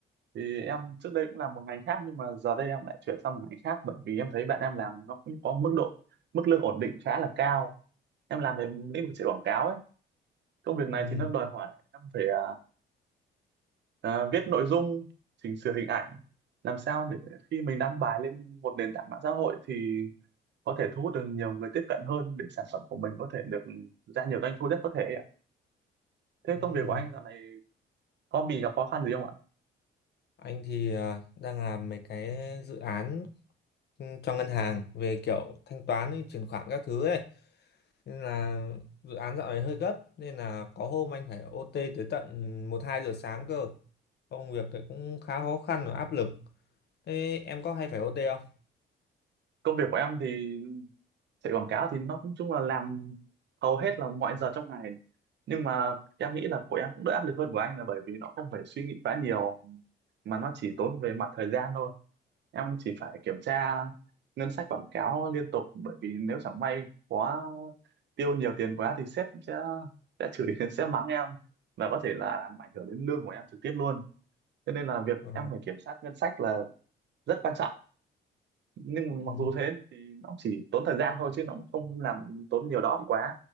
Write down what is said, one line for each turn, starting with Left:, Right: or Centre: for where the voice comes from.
Right: Thì em trước đây cũng làm một ngành khác nhưng mà giờ đây em lại chuyển sang một ngành khác bởi vì em thấy bạn em làm nó cũng có mức độ mức lương ổn định khá là cao. Em làm về lĩnh vực chạy quảng cáo ấy. Công việc này
Left: ừ,
Right: thì nó đòi hỏi em phải à, à, viết nội dung, chỉnh sửa hình ảnh, làm sao để khi mình đăng bài lên một nền tảng mạng xã hội thì có thể thu hút được nhiều người tiếp cận hơn để sản phẩm của mình có thể được ra nhiều doanh thu nhất có thể ấy ạ. Thế
Left: ừ,
Right: công việc của anh dạo này có bị gặp khó khăn gì không ạ?
Left: anh thì à, đang làm mấy cái dự án ừ, cho ngân hàng về kiểu thanh toán với chuyển khoản các thứ ấy nên là dự án dạo này hơi gấp nên là có hôm anh phải OT tới tận một hai giờ sáng cơ công việc thì cũng khá khó khăn và áp lực thế em có hay phải OT không
Right: công việc của em thì chạy quảng cáo thì nó cũng chung là làm hầu hết là mọi giờ trong ngày nhưng mà em nghĩ là của em cũng đỡ áp lực hơn của anh là bởi vì nó không phải suy nghĩ quá nhiều mà nó chỉ tốn về mặt thời gian thôi em chỉ phải kiểm tra ngân sách quảng cáo liên tục bởi vì nếu chẳng may quá tiêu nhiều tiền quá thì sếp sẽ sẽ chửi <laughs> sẽ mắng em và có thể là làm ảnh hưởng đến lương của em trực tiếp luôn cho nên là việc
Left: Ờ,
Right: em phải kiểm soát ngân sách là rất quan trọng nhưng mà
Left: ừ.
Right: mặc dù thế thì nó chỉ tốn thời gian thôi chứ nó cũng không làm tốn nhiều đó quá